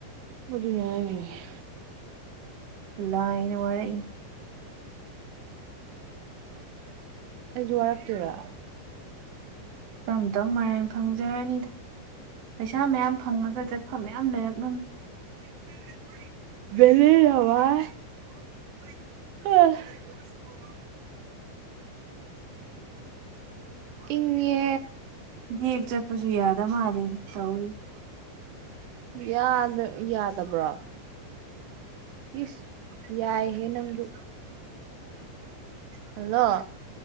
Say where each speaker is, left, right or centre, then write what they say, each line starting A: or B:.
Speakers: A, on the right (about 85°); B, on the right (about 45°).
A: ꯑꯗꯨꯅꯦ ꯍꯥꯏꯁꯦ
B: ꯂꯥꯏꯅ ꯋꯥꯔꯛꯏꯅꯦ
A: ꯑꯩꯖꯨ ꯋꯥꯔꯛꯇꯣꯏꯔꯥ
B: ꯇꯞ ꯇꯞ ꯃꯔꯥꯏꯅ ꯐꯪꯖꯔꯅꯤꯗ ꯄꯩꯁꯥ ꯃꯌꯥꯝ ꯐꯪꯉꯒ ꯆꯠꯐꯝ ꯃꯌꯥꯝ ꯂꯩꯔꯛꯅꯝꯅꯤ
A: <unintelligible> ꯏꯪꯉꯦ
B: ꯕꯦꯛ ꯆꯠꯄꯖꯨ ꯌꯥꯗ ꯃꯥꯜꯂꯤꯅꯦ ꯇꯧꯔꯤꯖꯦ
A: ꯌꯥꯗ ꯌꯥꯗꯕ꯭ꯔꯣ ꯏꯁ ꯌꯥꯏꯍꯦ ꯅꯪꯖꯨ ꯍꯜꯂꯣ